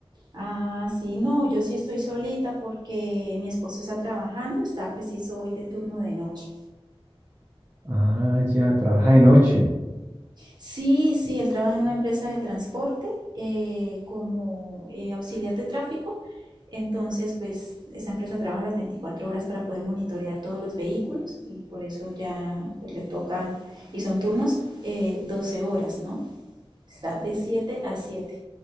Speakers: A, on the right (about 45°); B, on the right (about 25°).
A: Ah, sí, no, yo sí estoy solita porque mi esposo está trabajando, está preciso hoy de turno de noche.
B: Ah, ya, trabaja de noche.
A: Sí, sí, él trabaja en una empresa de transporte eh, como eh, auxiliar de tráfico. Entonces, pues esa empresa trabaja las 24 horas para poder monitorear todos los vehículos y por eso ya pues, le toca, y son turnos eh, 12 horas, ¿no? Está de 7 a 7.